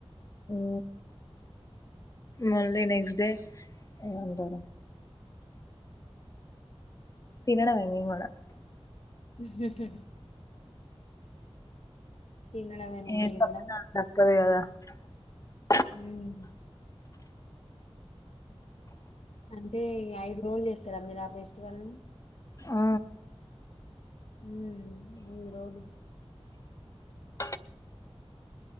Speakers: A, on the left; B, on the left.
A: ఊ మళ్ళీ నెక్స్ట్ డే ఏమంటారు తిినడమె మేమ్గూడా
B: హు.. హు.. హుమ్ తినడమేనా
A: ఏ
B: మీరు
A: తప్పు
B: కూడా
A: నాకుదప్పదు కదా డప్
B: హ్మ్మ్ అంటే ఈ ఐదు రోజులు చేస్త సరే వేరే ఆఫిస్ వన్
A: ఆ
B: ఉమ్ ఐదు రోజులు
A: స